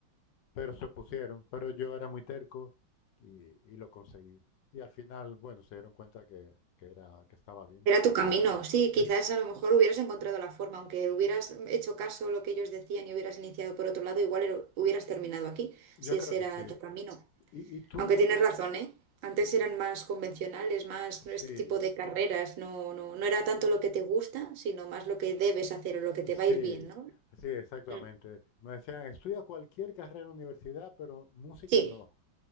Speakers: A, on the left (about 75°); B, on the right (about 75°).
A: Pero se opusieron, pero yo era muy terco y, y lo conseguí. Y al final, bueno, se dieron cuenta que, que era, que estaba bien.
B: era tu camino. Sí, quizás
A: Es,
B: a lo mejor hubieras encontrado la forma, aunque hubieras hecho caso a lo que ellos decían y hubieras iniciado por otro lado, igual ero- hubieras terminado aquí,
A: yo
B: si
A: creo
B: ese
A: que
B: era
A: sí.
B: tu camino.
A: ¿Y, y tú
B: Aunque
A: qué
B: tienes razón, ¿eh? Antes eran más convencionales, más este
A: Sí,
B: tipo de carreras, no, no, no era tanto lo que te gusta, sino más lo que debes hacer o lo que te
A: sí,
B: va a ir bien, ¿no?
A: sí, exactamente.
B: Mm.
A: Me decían, estudia cualquier carrera en la universidad, pero música
B: Sí.
A: no.